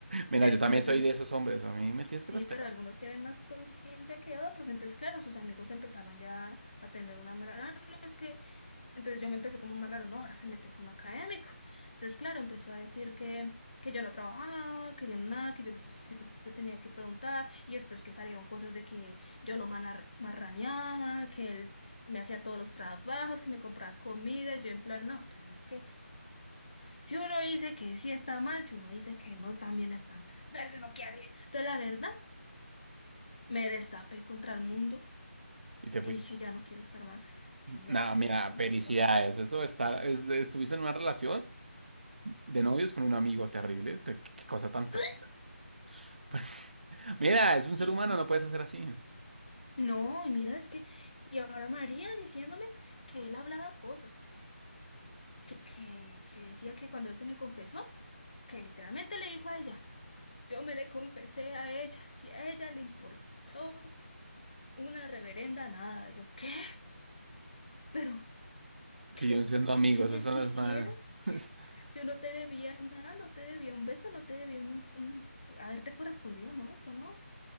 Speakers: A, on the right (about 45°); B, on the left (about 35°).
A: Mira,
B: entonces.
A: yo también soy de esos hombres, a mí me tienes
B: Sí,
A: que respetar.
B: pero algunos tienen más conciencia que otros. Entonces, claro, sus amigos empezaron ya a tener una mala. "Ah, no, es que. Entonces yo me empecé como más raro, no, ahora se metió con lo académico. Entonces, claro, empezó a decir que, que yo no trabajaba, que yo no nada, que yo siempre tenía que preguntar. Y después que salieron cosas de que yo lo manar- marraneaba, que él me hacía todos los trabajos, que me compraba comida. Y yo, en plan, no, pues es que si uno dice que sí está mal, si uno dice que no, también está mal. Entonces, uno qué hace. Entonces, la verdad. Me destapé contra el mundo
A: Y te
B: y
A: fuiste.
B: dije, ya no quiero estar más, sí, ya
A: Nada,
B: no quiero
A: mira,
B: estar
A: felicidades.
B: más con...
A: Eso está, es- estuviste en una relación de novios con un amigo terrible. te- qué, qué cosa tan tóxica.
B: <laughs>
A: <laughs> Mira, es un
B: Y
A: ser humano,
B: eso es...
A: no puedes
B: <laughs>
A: hacer así.
B: No, y mira, es que... Y ahora María diciéndome que él hablaba cosas, que, que, que decía que cuando él se me confesó, que literalmente le dijo a ella, yo me le confesé a ella y a ella le importó una reverenda nada. Y Yo, ¿qué? ¿Pero
A: Siguen
B: qué,
A: siendo amigos,
B: qué querías
A: eso
B: que
A: no
B: hiciera?
A: es nada. <laughs>
B: Yo no te debía nada, no te debía un beso, no te debía un, un haberte correspondido, no, eso no.